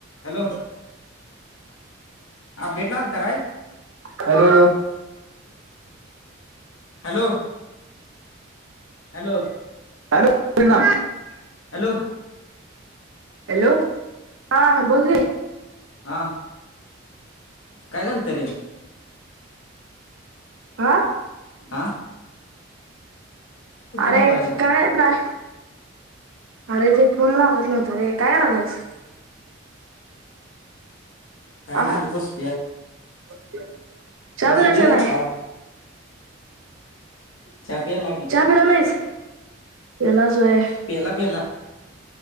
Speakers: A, on the left; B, on the right.
A: Hello अपडेटला आलता काय
B: हॅलो!
A: Hello hello!
B: हॅलो परिणाम
A: हॅलो!
B: हॅलो हा बोल गे
A: हा काय झालं त रे
B: आ?
A: आ?
B: अरे
A: मोबाईलला
B: काय नाय अरे ते फोन लागत नव्हत रे काय करालायस
A: काय
B: आ
A: नाय बसलोया
B: <unintelligible>
A: बसलोय
B: पिलास का
A: रे
B: नाही
A: आता चहा प्यायला की
B: चहा पिला नाहीस? जेवलास होय
A: प्याला प्याला